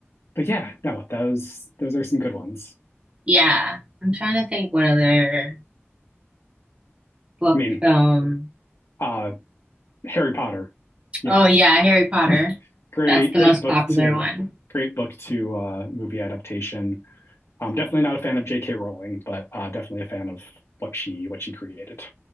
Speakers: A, on the left (about 70°); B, on the right (about 30°).
A: but yeah, no, those those are some good ones.
B: yeah. I'm trying to think what other book
A: I mean,
B: film.
A: uh, Harry Potter, you
B: Oh
A: know,
B: yeah, Harry Potter.
A: <laughs> Great,
B: That's the
A: great
B: most
A: book
B: popular
A: to
B: one.
A: great book to uh, movie adaptation. I'm definitely not a fan of J.K. Rowling, but uh, definitely a fan of what she what she created.